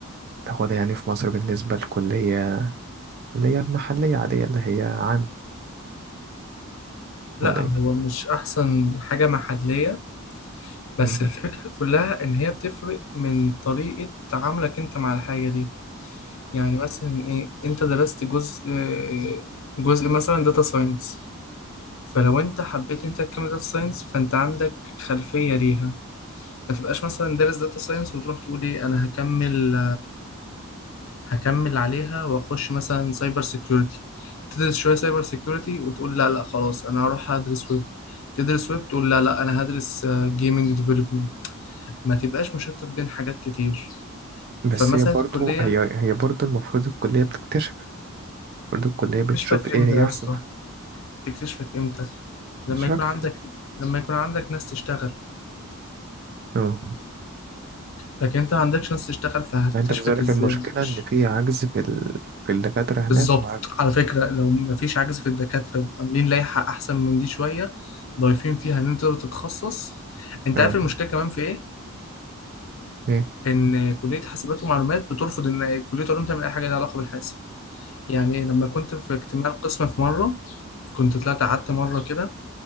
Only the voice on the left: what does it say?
لا
هو مش احسن حاجه محليه بس
الفكره كلها ان هي بتفرق من طريقه تعاملك انت مع الحاجه دي يعني مثلا ايه انت درست جزء جزء مثلا داتا ساينس فلو انت حبيت انت تكمل داتا ساينس فانت عندك خلفيه ليها ما تبقاش مثلا دارس داتا ساينس وتروح تقول ايه انا هكمل هكمل عليها واخش مثلا سايبر سيكيورتي تدرس شويه سايبر سيكيورتي وتقول لا لا خلاص انا هروح ادرس ويب تدرس ويب تقول لا لا انا هدرس جيمنج ديفلوبمنت ما تبقاش مشتت بين حاجات كتير
فمثلا
الكليه
تكتشفك
امتى
يا
اسطى تكتشفك امتى لما
يكون عندك لما يكون عندك ناس تشتغل
لكن انت ما عندكش ناس تشتغل فهتكتشفك
ازاي
مش
بالظبط
على فكرة لو مفيش عجز في الدكاترة وعاملين لائحة أحسن من دي شوية ضايفين فيها إن أنت تقدر تتخصص أنت
عارف المشكلة كمان في إيه؟
إن كلية حاسبات ومعلومات بترفض إن كلية علوم تعمل أي حاجة ليها علاقة بالحاسب يعني لما كنت في اجتماع القسم في مرة كنت طلعت قعدت مرة كده